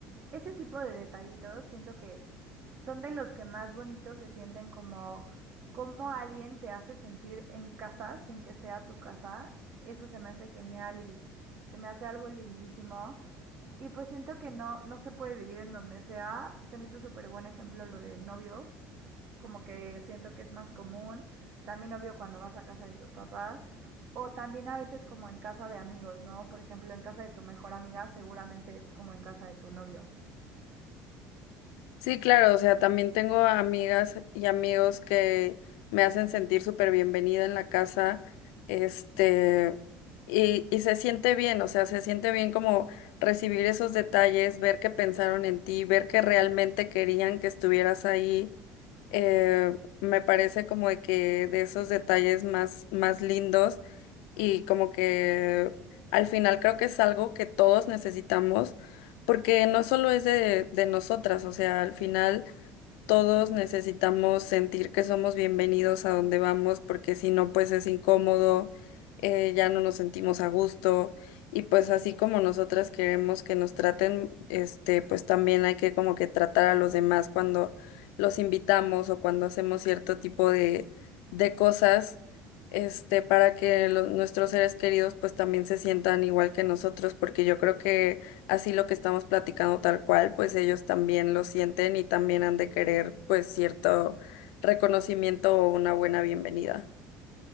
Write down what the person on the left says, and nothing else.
Sí, claro, o sea, también tengo amigas y amigos que me hacen sentir súper bienvenida en la casa, este, y, y se siente bien, o sea, se siente bien como recibir esos detalles, ver que pensaron en ti, ver que realmente querían que estuvieras ahí, eh, me parece como de que de esos detalles más, más lindos y como que al final creo que es algo que todos necesitamos porque no solo es de, de nosotras, o sea, al final todos necesitamos sentir que somos bienvenidos a donde vamos, porque si no, pues es incómodo, eh, ya no nos sentimos a gusto, y pues así como nosotras queremos que nos traten, este, pues también hay que como que tratar a los demás cuando los invitamos o cuando hacemos cierto tipo de, de cosas, este, para que los- nuestros seres queridos pues también se sientan igual que nosotros, porque yo creo que así lo que estamos platicando tal cual, pues ellos también lo sienten y también han de querer pues cierto reconocimiento o una buena bienvenida.